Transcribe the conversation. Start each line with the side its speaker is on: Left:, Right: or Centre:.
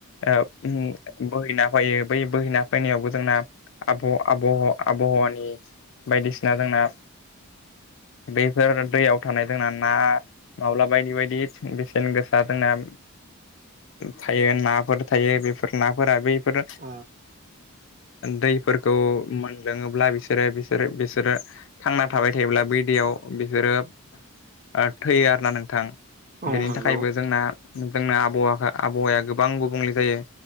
Left: ओ उम बोहैना फैयो बै बोहैना फैनायावबो जोंना आब' आब' आबहावानि बायदिसिना जोंना बेफोर दैयाव थानाय जोंना ना नङाब्ला बायदि बायदि बेसेन गोसा जोंना थायो नाफोर थायो बेफोर नाफोरा बैफोर
Right: औ
Left: दैफोरखौ मोनलोङोब्ला बिसोरो बिसोरो बिसोरो थांना थाबाय थायोब्ला बै दैयाव बिसोरो ओ थैयो आरोना नोंथां
Right: औ
Left: बेनि
Right: नंगौ
Left: थाखायबो जोंना जोंना आ आबावाहा-आबहावाया गोबां गुबुंले जायो